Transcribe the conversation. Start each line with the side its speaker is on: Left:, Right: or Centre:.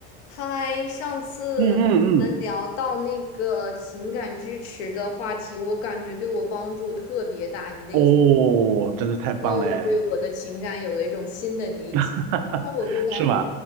Left: 嗨，上次我们聊到那个情感支持的话题，
Right: 嗯嗯嗯，
Left: 我感觉对我帮助特别大。你的意见
Right: 哦，真的太棒嘞，
Left: 让我对我的情感有了一种新的理解，
Right: <laughs>
Left: 然后我就感觉
Right: 是吗？